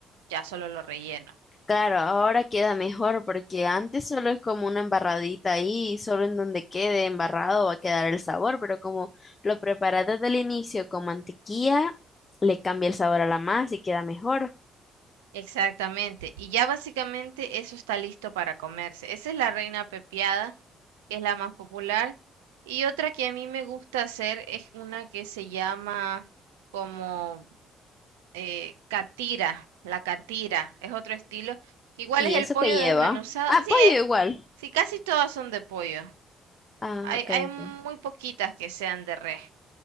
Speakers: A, on the right; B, on the left.
A: ya solo lo relleno.
B: Claro, ahora queda mejor porque antes solo es como una embarradita ahí, y solo en donde quede embarrado va a quedar el sabor, pero como lo preparas desde el inicio con mantequilla, le cambia el sabor a la masa y queda mejor.
A: Exactamente. Y ya básicamente eso está listo para comerse. Esa es la reina pepiada, que es la más popular. Y otra que a mí me gusta hacer es una que se llama como eh, catira, la catira. Es otro estilo. que Igual
B: ¿Y
A: es el
B: eso
A: pollo
B: qué lleva?
A: desmenuzado.
B: Ah,
A: Sí,
B: pollo
A: es.
B: igual.
A: Sí, casi todas son de pollo.
B: Ah,
A: Hay,
B: ok,
A: hay muy
B: ok.
A: poquitas que sean de res.